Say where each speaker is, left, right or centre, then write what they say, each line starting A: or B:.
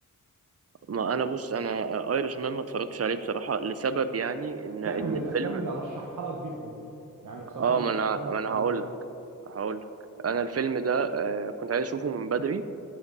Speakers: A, on the right; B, on the right.
A: ما انا بص انا ايرش مان ما اتفرجتش عليه بصراحه لسبب يعني ان
B: لا
A: ان
B: من الافلام
A: الفيلم
B: اللي ارشحها لك جدا يعني بصراحه
A: اه
B: من
A: ما انا
B: الافلام
A: ما
B: القويه
A: انا هقول لك هقول لك انا الفيلم ده آه، كنت عايز اشوفه من بدري